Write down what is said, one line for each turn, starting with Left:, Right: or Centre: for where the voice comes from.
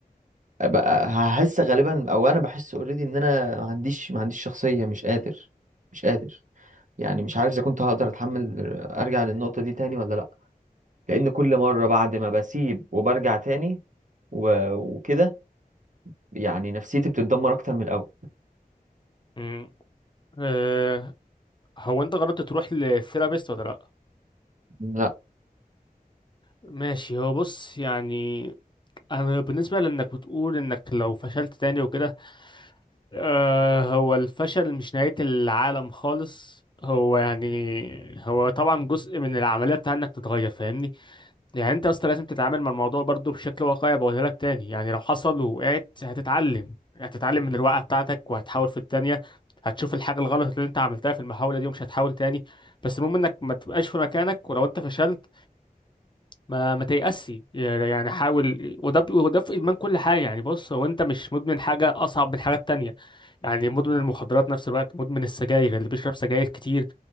Right: بقى هحس غالبا او انا بحس اوريدي ان انا ما عنديش ما عنديش شخصيه مش قادر مش قادر يعني مش عارف اذا كنت هقدر اتحمل ارجع للنقطه دي تاني ولا لا لان كل مره بعد ما بسيب وبرجع تاني و- وكده يعني نفسيتي بتتدمر اكتر من الاول
Left: مم. أه هو انت جربت تروح للثيرابيست ولا لا
Right: لا
Left: ماشي هو بص يعني انا بالنسبة لانك بتقول انك لو فشلت تاني وكده آه، هو الفشل مش نهاية العالم خالص هو يعني هو طبعا جزء من العملية بتاع انك تتغير فاهمني يعني انت اصلا لازم تتعامل مع الموضوع برضو بشكل واقعي بقولها لك تاني يعني لو حصل ووقعت هتتعلم هتتعلم من الوقعة بتاعتك وهتحاول في التانية هتشوف الحاجة الغلط اللي انت عملتها في المحاولة دي ومش هتحاول تاني بس المهم انك ما تبقاش في مكانك ولو انت فشلت ما ما تيأسي يعني حاول وده ب- وده في إدمان كل حاجة يعني بص هو أنت مش مدمن حاجة أصعب من حاجات تانية يعني مدمن المخدرات نفس الوقت مدمن السجاير اللي بيشرب سجاير كتير